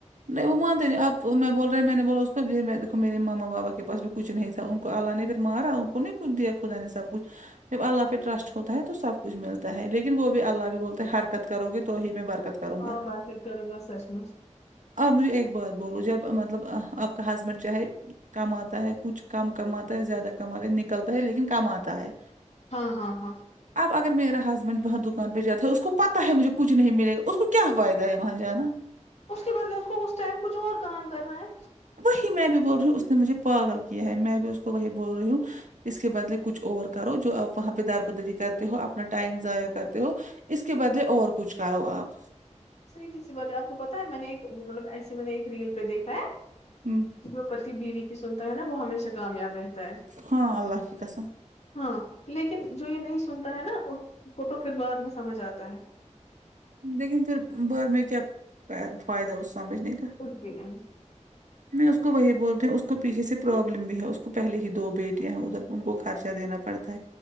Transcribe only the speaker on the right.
نہیں وہ مانتے نہیں آپ میں بول رہے ہیں میں نے بولا اس کا دیکو میرے ماما بابا کے پاس بھی کچھ نہیں تھا ان اللہ نے اگر مارا ان کو نہیں خود دیا خدا نے سب کچھ جب اللہ پہ ٹرسٹ ہوتا ہے تو سب کچھ ملتا ہے لیکن وہ بھی اللہ بھی بولتے ہیں حرکت کرو گے تو ہی میں برکت کروں
گا
آپ مجھے ایک بات بولو جب مطلب آپ کا ہسبینڈ چاہے کماتا ہے کچھ کم کماتا ہے زیادہ کماتاہے نکلتا ہے لیکن کماتاہے
اب اگر میرا ہسبینڈ وہاں دکان پہ جاتا ہے اس کو پتا ہے مجھے کچھ نہیں ملے گا اس کو کیا فائدہ ہے وہاں جانا
وہی میں بھی بول رہی ہوں اس نے مجھے پاگل کیا ہے میں بھی اس کو وہی بول رہی ہوں اس کے بدلے کچھ اور کرو جو آپ وہاں پہ دار بدری کرتے ہو اپنا ٹائم ضائع کرتے ہو اس کے بدلے اور کچھ کرو آپ
ہمم
ہاں اللہ کی قسم
لیکن پھر بعد میں کیا فائدہ اس سمجھنے کا
میں اس کو وہی بولتی ہوں اس کو پیچیسے سے پروابلم بھی ہے اس کو پہلے ہی دو بیٹیاں ہیں ادھر ان کو خرچہ دینا پڑتا